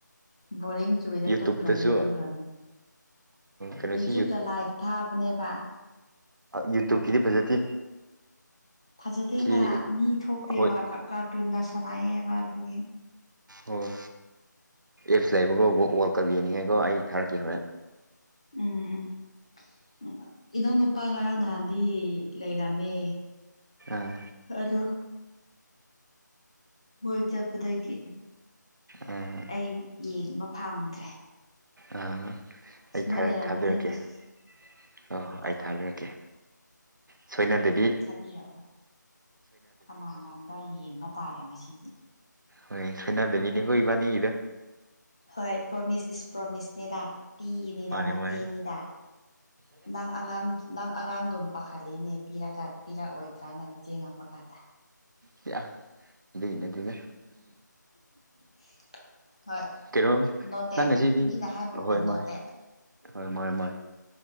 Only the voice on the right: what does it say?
ꯌꯨꯇꯨꯞꯇꯁꯨ
ꯀꯩꯅꯣꯁꯤ
ꯌꯨꯇꯨꯕ ꯀꯤꯗꯤ ꯐꯖꯗꯦ
ꯁꯤ
ꯍꯣꯏ
ꯍꯣꯏ ꯑꯦꯞꯁ ꯂꯩꯕ ꯀꫭ ꯋꯥꯜ ꯀꯞ ꯌꯦꯡꯅꯤꯉꯥꯏꯀꯣ ꯑꯩ ꯊꯥꯔꯛꯀꯦ ꯍꯣꯔꯦꯟ
ꯑꯥ
ꯑꯥ
ꯑ ꯑꯩ
ꯊꯥꯔ
ꯊꯥꯕꯤꯔꯛꯀꯦ
ꯑꫭ ꯑꯩ
ꯊꯥꯕꯤꯔꯛꯀꯦ ꯁꯣꯏꯅꯥ ꯗꯦꯕꯤ
ꯍꯣꯏ ꯁꯣꯏꯅꯗꯕꯤꯅꯤꯒꯣ ꯏꯕꯅꯤ
ꯃꯥꯅꯤ
ꯃꯥꯅꯤ
ꯁꯤ ꯑ ꯑꯗꯨꯅꯗꯤꯅꯦ
ꯀꯩꯅꯣ
ꯅꯪ ꯉꯁꯤꯗꯤ
ꯍꯣꯏ
ꯃꯥ ꯍꯣꯏ ꯃꯥꯅꯦ ꯃꯥꯅꯦ